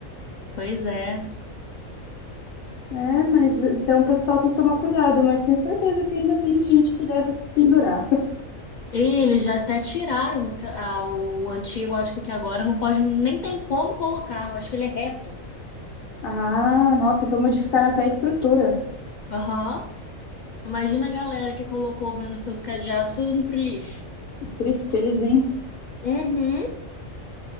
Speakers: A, on the left (about 80°); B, on the left (about 50°).
A: Pois é.
B: É, mas então o pessoal tem que tomar cuidado, mas tenho certeza que ainda tem gente que deve pendurar.
A: E Eles já até tiraram os ca- ah, o antigo, acho que agora não pode, nem tem como colocar, eu acho que ele é reto.
B: Ah, nossa, então modificaram até a estrutura.
A: Aham. Imagina a galera que colocou vendo seus cadeados tudo indo pro lixo.
B: Tristeza, hein?
A: Uhum.